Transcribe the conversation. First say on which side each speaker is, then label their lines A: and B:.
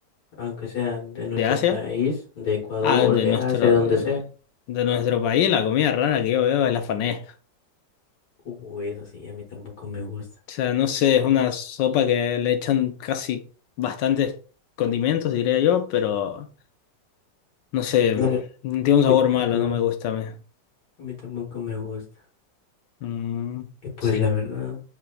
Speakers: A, on the left; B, on the left.
A: aunque sea de nuestro
B: de Asia,
A: país, de Ecuador,
B: ah, de
A: de
B: nuestro,
A: Asia, de donde sea.
B: de nuestro país, la comida rara que yo veo es la fané.
A: Uy, eso sí, a mí tampoco me gusta.
B: O sea, no sé, es una sopa que le echan casi bastantes condimentos, diría yo, pero no sé,
A: La ver-
B: tiene un
A: a
B: sabor
A: mí tampoco
B: malo,
A: me
B: no
A: gusta.
B: me gusta a mí.
A: A mí tampoco me gusta.
B: Mm,
A: que pues
B: sí.
A: la verdad,